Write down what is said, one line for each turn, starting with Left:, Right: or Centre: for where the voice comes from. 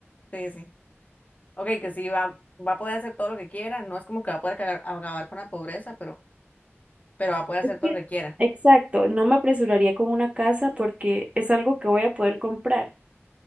Left: Sí, sí. Ok, que sí va, va a poder hacer todo lo que quiera. No es como que va a poder cagar- acabar con la pobreza, pero, pero va a poder hacer
Right: Es
Left: todo
Right: que,
Left: lo que quiera.
Right: exacto, no me apresuraría con una casa porque es algo que voy a poder comprar.